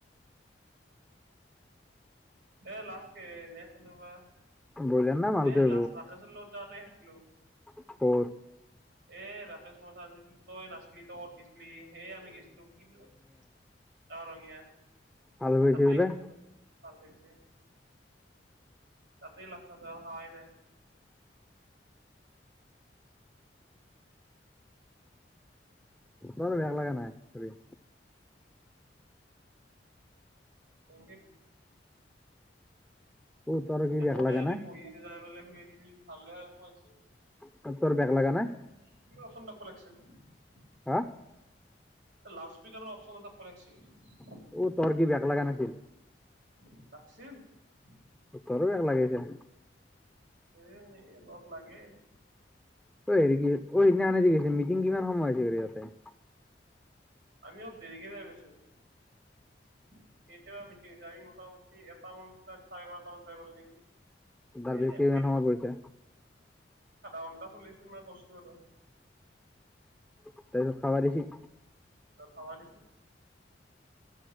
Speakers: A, on the right; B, in the centre.
A: এ, লাষ্ট এনে খালোঁ হয়।
B: ব্ৰইলাৰ না মালটোৱে
A: এ, লাষ্ট ৰাকেশৰ লগত যাওঁতে খাইছিলোঁ।
B: ক'ত অ
A: এ, ৰাকেচ <unintelligible> তই নাচলি, তই ক'ৰবাত গেছলি। সেই আমি গেছলো <unintelligible> অ', ৰঙীয়া।
B: হাল বাইছে
A: তাতেই
B: বোলে
A: খাইছিলোঁ <unintelligible> তাতেই <unintelligible> নাই।
B: <unintelligible> বেয়া লাগা নাই <unintelligible>
A: <unintelligible>
B: অ তোৰ কি
A: একো
B: বেয়া
A: নাই
B: লগা
A: এনেই বহিছে <unintelligible>
B: <unintelligible> তোৰ বেক লাগা নাই?
A: <unintelligible>
B: হা
A: লাউড স্পিকাৰৰ অপচন এটা <unintelligible>
B: অ তোৰ কি বেয়া লগা নাছিল
A: <unintelligible>
B: তোৰো বেক লাগিছে?
A: <unintelligible> লাগেই।
B: <unintelligible> মিটিং কিমান সময় <unintelligible>
A: আমি অলপ দেৰিকে যায় পাইছোঁ। <unintelligible> বিক্ৰী হৈছে আমি মোটামুটি এটামান চাৰে বাৰটা মান যায় পালোঁ নেকি।
B: তাৰপিছত
A: এই <unintelligible>
B: কিমান সময়ত গৈছা
A: আন্টা চল্লিশ মানত <unintelligible>
B: তাৰপিছত খাবা দিছি
A: খাব দিছি